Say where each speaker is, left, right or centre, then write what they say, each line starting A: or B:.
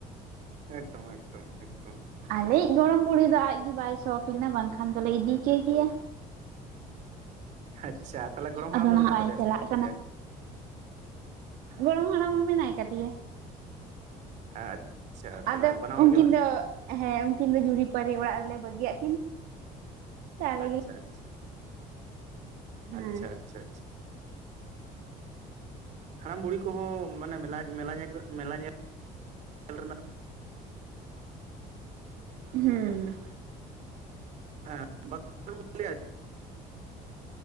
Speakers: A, on the right; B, on the right.
A: ᱮᱠᱫᱚᱢ ᱮᱠᱫᱚᱢ ᱮᱠᱫᱚᱢ
B: ᱟᱞᱮᱤᱡ ᱜᱚᱲᱚᱢ ᱵᱩᱲᱦᱤ ᱫᱚ ᱟᱡᱜᱤ ᱵᱟᱭ ᱥᱚᱠ ᱞᱮᱱᱟ ᱵᱟᱝᱠᱷᱟᱱ ᱫᱚᱞᱮ ᱤᱫᱤ ᱠᱮ ᱜᱮᱭᱟ
A: ᱟᱪᱪᱷᱟ ᱛᱟᱞᱮ ᱜᱚᱲᱚᱢ ᱦᱟᱲᱟᱢ
B: ᱟᱫᱚ
A: ᱫᱚ
B: ᱱᱟᱦᱟᱜ
A: ᱢᱮᱱᱟᱜ
B: ᱵᱟᱭ
A: ᱠᱟᱫᱮᱭᱟ
B: ᱪᱟᱞᱟᱜ
A: ᱥᱮ ᱵᱟᱹᱱᱩᱜ
B: ᱠᱟᱱᱟ
A: ᱠᱟᱫᱮᱭᱟ
B: ᱜᱚᱲᱚᱢ ᱦᱟᱲᱟᱢ ᱢᱟ ᱢᱮᱱᱟᱭ ᱠᱟᱫᱮᱭᱟ
A: ᱟᱪᱪᱷᱟ ᱛᱟᱦᱚᱞᱮ
B: ᱟᱫᱚ
A: ᱵᱟᱱᱟ ᱦᱚᱲ
B: ᱩᱱᱠᱤᱱ
A: ᱜᱮ
B: ᱫᱚ ᱦᱮᱸ ᱩᱱᱠᱤᱱ ᱫᱚ ᱡᱩᱨᱤᱯᱟᱹᱨᱤ ᱚᱲᱟᱜ ᱨᱮᱞᱮ ᱵᱟᱹᱜᱤᱭᱟᱜ ᱠᱤᱱ ᱟᱞᱮ
A: ᱟᱪᱪᱷᱟ
B: ᱜᱮ
A: ᱟᱪᱪᱷᱟ
B: ᱦᱮᱸ
A: ᱟᱪᱪᱷᱟ ᱟᱪᱪᱷᱟ ᱟᱪᱪᱷᱟ ᱦᱟᱲᱟᱢ ᱵᱩᱲᱦᱤ ᱠᱚᱦᱚᱸ ᱢᱟᱱᱮ ᱢᱮᱞᱟ ᱧᱮᱞ ᱢᱮᱞᱟ ᱧᱮᱞ ᱛᱚᱞ ᱨᱮᱱᱟᱜ
B: ᱦᱩᱸ
A: <unintelligible>